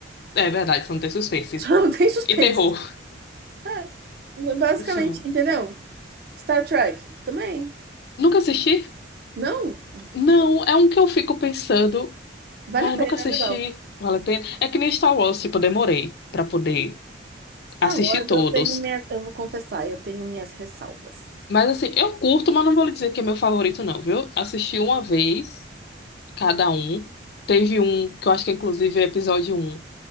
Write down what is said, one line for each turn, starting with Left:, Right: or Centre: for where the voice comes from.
Left: É verdade, só não tem suspense.
Right: Só não tem suspense.
Left: E terror.
Right: É, basicamente,
Left: Só.
Right: entendeu? Star Trek também.
Left: Nunca assisti?
Right: Não? Ah,
Left: Não,
Right: cara,
Left: é um que eu fico pensando.
Right: Vale
Left: Mas
Right: a
Left: nunca
Right: pena,
Left: assisti.
Right: é legal.
Left: Vale a pena. É que nem Star Wars, tipo, eu demorei pra poder
Right: Star
Left: assistir
Right: Wars
Left: todos.
Right: eu tenho minhas, eu vou confessar, eu tenho minhas ressalvas.
Left: Mas assim, eu curto, mas não vou lhe dizer que é meu favorito, não, viu? Assisti uma vez. cada um. Teve um, que eu acho que é, inclusive é episódio um